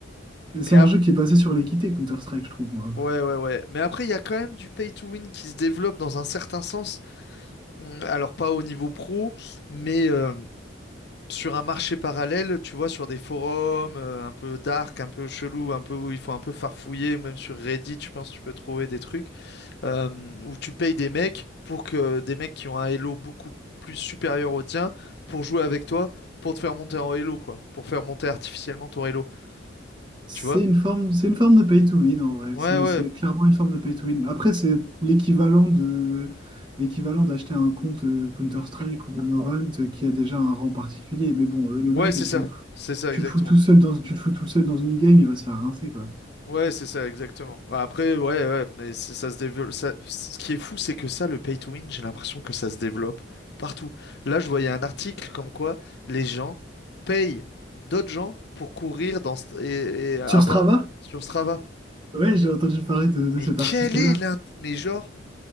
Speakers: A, on the left (about 60°); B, on the right (about 25°).
A: mais
B: c'est un
A: ab-
B: jeu qui est basé sur l'équité, Counter-Strike, je trouve, moi.
A: ouais, ouais, ouais. Mais après, il y a quand même du pay to win qui se développe dans un certain sens. Hum, Alors, pas au niveau pro, mais. euh, sur un marché parallèle, tu vois, sur des forums euh, un peu dark, un peu chelou, un peu où il faut un peu farfouiller, ou même sur Reddit, je pense tu peux trouver des trucs euh, où tu payes des mecs pour que des mecs qui ont un Elo beaucoup plus supérieur au tien pour jouer avec toi, pour te faire monter en Elo, quoi, pour faire monter artificiellement ton Elo,
B: C'est
A: tu vois?
B: une forme, c'est une forme de pay to win en vrai.
A: Ouais,
B: C'est
A: ouais,
B: c'est clairement une forme de pay to win. Après, c'est l'équivalent de l'équivalent d'acheter un compte euh, Counter-Strike ou Valorant euh, qui a déjà un rang particulier. Mais bon, euh, le
A: ouais,
B: mec,
A: c'est
B: tu,
A: ça,
B: le-
A: c'est ça
B: tu
A: exactement.
B: le fous tout seul dans, tu le fous tout seul dans une game, il va se faire rincer, quoi.
A: Ouais, c'est ça, exactement. Bah, Après, ouais, ouais, mais c'est- ça se développe. Ça... Ce qui est fou, c'est que ça, le pay to win, j'ai l'impression que ça se développe partout. Là, je voyais un article comme quoi les gens payent d'autres gens pour courir dans St- et, et avoir
B: Sur Strava?
A: sur Strava.
B: Ouais, j'ai entendu parler de, de
A: Mais
B: cet
A: quel
B: article-là.
A: est l'intérêt? Mais genre,